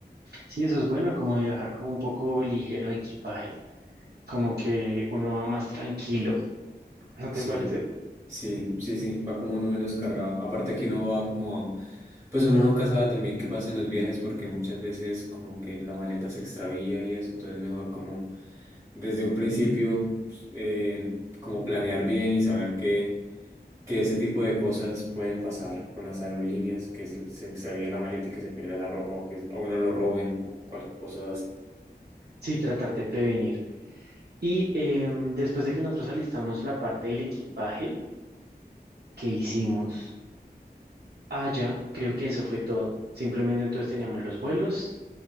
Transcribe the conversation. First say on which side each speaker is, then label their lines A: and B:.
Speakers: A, on the right (about 70°); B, on the right (about 20°).
A: Sí, eso es bueno, como viajar como un poco ligero de equipaje, como que uno va más tranquilo, ¿no
B: Sí,
A: te parece?
B: sí, sí, sí, va como uno menos cargado. Aparte que uno va como, pues uno nunca sabe también qué pasa en los viajes, porque muchas veces como que la maleta se extravía y eso, entonces mejor como desde un principio, pues, eh, como planear bien y saber que, que ese tipo de cosas pueden pasar con las aerolíneas, que se, se extravía la maleta y que se pierda la ropa, o que o uno lo roben o cual cosa
A: Sí, tratar de prevenir. Y em, después de que nosotros alistamos la parte del equipaje, ¿qué hicimos? Ah, ya, creo que eso fue todo. Simplemente entonces teníamos los vuelos,